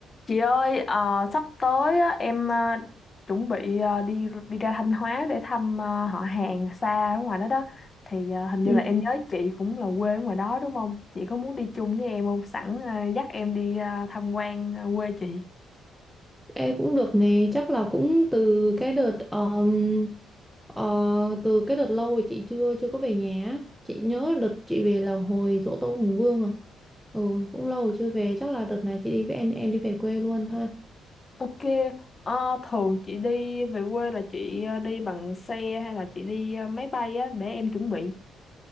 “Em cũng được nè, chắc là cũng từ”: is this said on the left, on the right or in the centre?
Centre